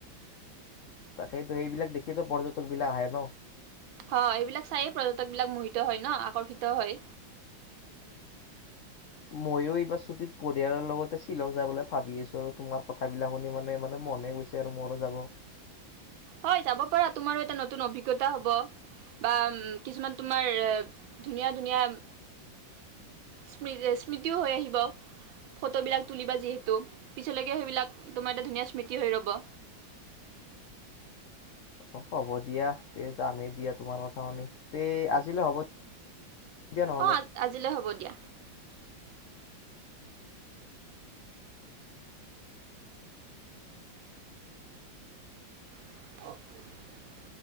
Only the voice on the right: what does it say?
অ এইবিলাক চায়েই পৰ্যটক বিলাক মোহিত হয় ন আকৰ্ষিত হয়।
হয় যাব পৰা তোমাৰো এটা নতুন অভিজ্ঞতা হ'ব বা কিছুমান তোমাৰ ধুনীয়া ধুনীয়া- স্মৃ স্মৃতিও হৈ আহিব ফটোবিলাক তুলিবা যিহেতু পিছলৈকে সেইবিলাক তোমাৰ এটা ধুনীয়া স্মৃতি হৈ ৰব।
অ আজিলে হ'ব দিয়া। <unintelligible>